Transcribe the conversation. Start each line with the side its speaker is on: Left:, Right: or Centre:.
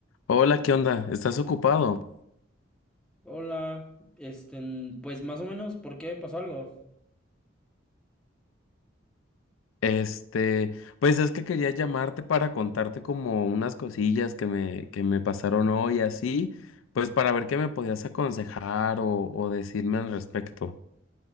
Left: Hola, ¿qué onda? ¿Estás ocupado?
Centre: Hola, este, pues más o menos, ¿por qué pasó algo?
Left: Este, pues es que quería llamarte para contarte como unas cosillas que me, que me pasaron hoy así, pues para ver qué me podías aconsejar o, o decirme al respecto.